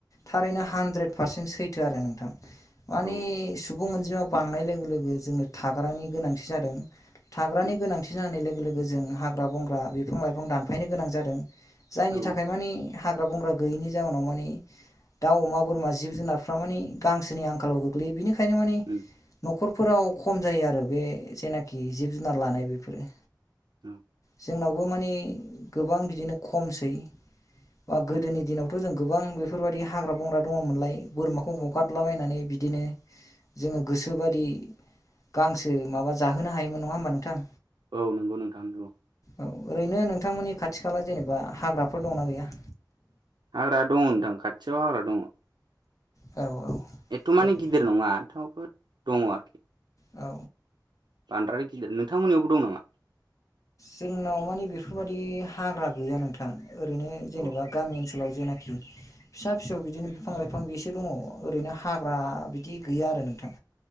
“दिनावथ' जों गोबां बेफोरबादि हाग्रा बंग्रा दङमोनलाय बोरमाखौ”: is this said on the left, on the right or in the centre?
Left